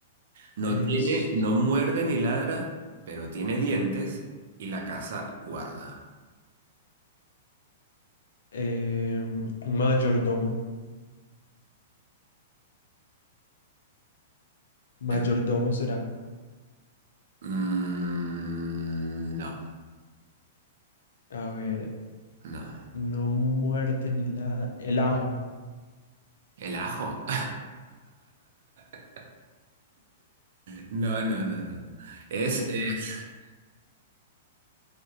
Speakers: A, on the right; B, on the left.
A: No
B: es
A: tiene, no muerde ni ladra, pero tiene dientes y la casa guarda.
B: eh, un mayordomo. Mayordomo
A: Eh,
B: será.
A: mm, no,
B: A ver,
A: no.
B: no muerde ni ladra. El ajo.
A: ¿El ajo? <laughs> No, no, no, no. no. Es,
B: Uy,
A: es,